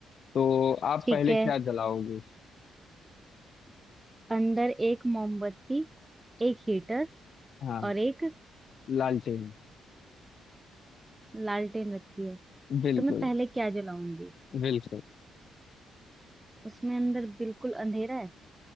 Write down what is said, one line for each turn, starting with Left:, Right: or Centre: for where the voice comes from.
Left: तो आप
Right: ठीक
Left: पहले
Right: है
Left: क्या जलाओगे
Right: अंदर एक मोमबत्ती एक हीटर
Left: हाँ
Right: और एक
Left: लालटेन
Right: लालटेन रखी है
Left: बिल्कुल
Right: तो मैं पहले क्या जलाऊंगी
Left: बिल्कुल
Right: उसमें अंदर बिल्कुल अंधेरा है